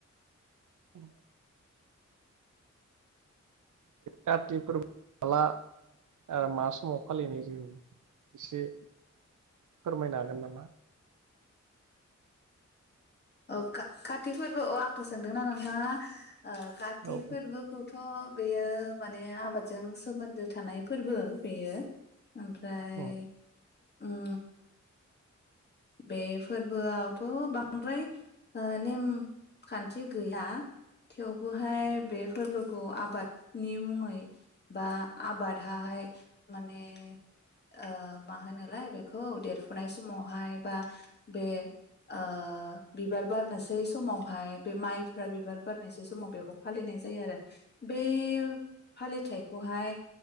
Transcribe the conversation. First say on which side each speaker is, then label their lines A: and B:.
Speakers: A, on the right; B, on the left.
A: <unintelligible> काति फोरबो माला ओ मा समाव फालिनाय जों एसे फोरमायनो हागोन नामा?
B: औ काति फोरबो औ आंखौ सोंदोंना नोंथाङा ओ काति
A: औ
B: फोरबोखौथ' थ' बेयो माने आबादजों सोमोन्दो थानाय फोरबो बेयो ओमफ्राय
A: औ
B: उम बे फोरबोआवथ' बांद्राय ओ नेमखान्थि गैया थेवबोहाय बे फोरबोखौ आबादनि मुङै बा आबादहाहाय माने ओ मा होनोलाय बेखौ देरफुनाय समावहाय बा बे ओ बिबार बारनोसै समावहाय बे माइफ्रा बिबार बारनोसै समाव बेखौ फालिनाय जायो आरो बे फालिथायखौहाय